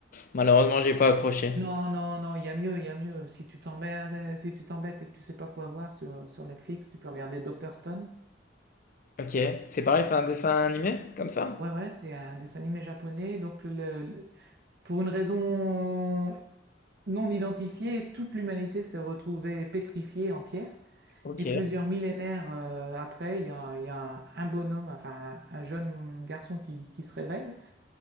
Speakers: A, on the left; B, on the right.
A: malheureusement j'ai pas accroché.
B: Non, non, non, il y a mieux, il y a mieux. Si tu t'embêtes, si tu t'embêtes et que tu sais pas quoi voir sur, sur Netflix, tu peux regarder Dr. Stone.
A: Ok, c'est pareil, c'est un dessin animé comme ça?
B: Ouais, ouais, c'est un dessin animé japonais. Donc, le- le- pour une raison non identifiée, toute l'humanité s'est retrouvée pétrifiée en pierre.
A: Ok.
B: Et plusieurs millénaires euh, après, il y a, il y a un, un bonhomme, enfin un, un jeune garçon qui, qui se réveille